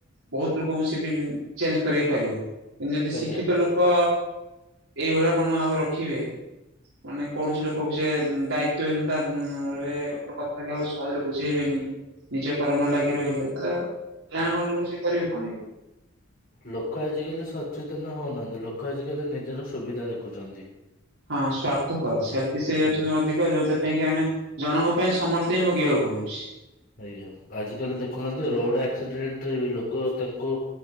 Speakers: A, on the right; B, on the left.
A: ବୋହୁତ ଲୋକଙ୍କୁ ସେବି ଚେଞ୍ଜ କରାଇ ପାରିବ। କିନ୍ତୁ ଯଦି ଶି
B: ଆଜ୍ଞା।
A: ଶିକ୍ଷିତ ଲୋକ ଏଇଭଳିଆ ମନୋଭାବ ରଖିବେ ମାନେ କୌଣସି ଲୋକ ସେ ଦାୟିତ୍ଵ ହୀନତା ରେ ଗୋଟେ କଥାଟା କାହାକୁ ସହଜରେ ବୁଝେଇବେନି। ନିଜ କର୍ମରେ ଲାଗି ରହିଲେ ତାହେଲେ ଗାଁ ଗହଳି ଲୋକ ସେ କରିବେ କଣ ଏ
B: ଲୋକ ଆଜିକାଲି ସଚେତନ ହଉନାହାନ୍ତି। ଲୋକ ଆଜିକାଲି ନିଜର ସୁବିଧା ଦେଖୁଛନ୍ତି।
A: ହଁ ସ୍ୱାର୍ଥପର ସେଲଫିସ୍ ହେଇ ଯାଉଛନ୍ତି
B: ହୁଁ।
A: ଅଧିକ ଯୋଉଥିପାଇଁ କି ଆମେ ଜଣଙ୍କ ପାଇଁ ସମସ୍ତେ ହିଁ ଭୋଗିବାକୁ ପଡୁଛି।
B: ଆଜ୍ଞା। ଆଜି କାଲି ଦେଖୁନାହାନ୍ତି ରୋଡ ଆକ୍ସିଡେଣ୍ଟ ରେ ବି ଲୋକ ତାଙ୍କୁ